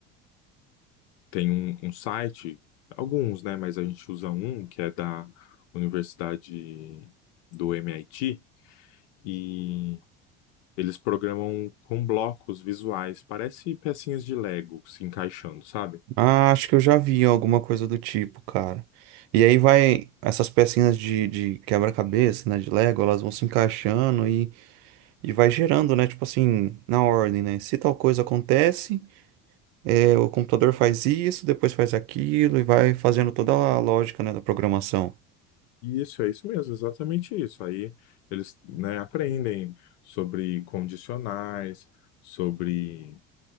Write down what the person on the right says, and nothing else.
Ah, acho que eu já vi alguma coisa do tipo, cara. E aí vai essas pecinhas de, de quebra-cabeça, né, de Lego, elas vão se encaixando e, e vai gerando, né, tipo assim, na ordem, né? Se tal coisa acontece, é, o computador faz isso, depois faz aquilo e vai fazendo toda a lógica, né, da programação.